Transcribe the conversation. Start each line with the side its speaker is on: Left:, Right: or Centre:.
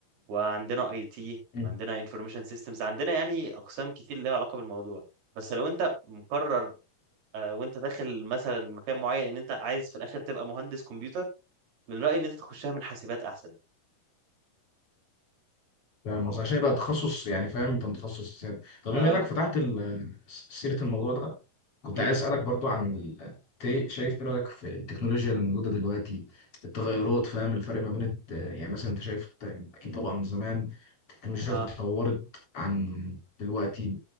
Right: وعندنا اي تي
Left: مم.
Right: عندنا انفورميشن سيستمز عندنا يعني أقسام كتير ليها علاقة بالموضوع بس لو انت مقرر آه، وانت داخل مثلا مكان معين ان انت عايز في الاخر تبقى مهندس كمبيوتر من رأيي ان انت تخشها من حاسبات احسن
Left: فاهم قصدي؟ عشان يبقى تخصص يعني فاهم انت متخصص سيادة طب
Right: آه
Left: بما انك فتحت ال- سيرة الموضوع ده كنت
Right: امم
Left: عايز اسألك برضو عن ال- ت- شايف ايه رأيك في التكنولوجيا اللي موجودة دلوقتي التغيرات فاهم الفرق ما بين الت- يعني مثلا انت شايف الت- اكيد طبعا زمان التكنولوجيا
Right: اه
Left: اتطورت عن دلوقتي